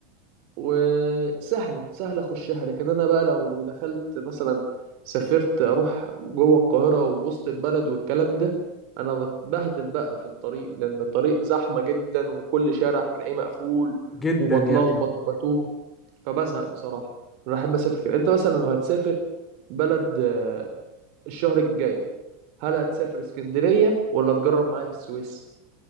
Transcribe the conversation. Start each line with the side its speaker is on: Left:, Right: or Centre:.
Right: وسهله سهله اخشها لكن انا بقى لو دخلت مثلا سافرت اروح جوه القاهره ووسط البلد والكلام ده انا بتبهدل بقى في الطريق لان الطريق زحمه جدا وكل شارع هتلاقيه مقفول
Left: جدا
Right: وبتلخبط
Left: يا ابني
Right: وبتوه فبزهق بصراحه انا احب اسافر كده انت مثلا لو هتسافر بلد آه، الشهر الجاي هل هتسافر اسكندريه ولا تجرب معايا السويس